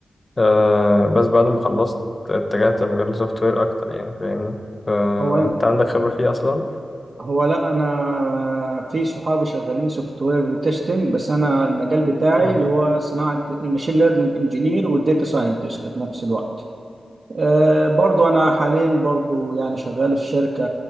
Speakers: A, on the left; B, on the right.
A: آه، بس بعد ما خلصت اتجهت لمجال السوفت وير اكتر يعني فاهمني فانت
B: هو أنت-
A: عندك خبره فيه اصلا
B: هو لا انا في صحابي شغالين سوفت وير تيستنج بس انا المجال بتاعي
A: مم.
B: اللي هو صناعة الماشين ليرنينج انجينير والداتا ساينتست في نفس الوقت آه، برضو أنا حاليا برضو يعني شغال في شركة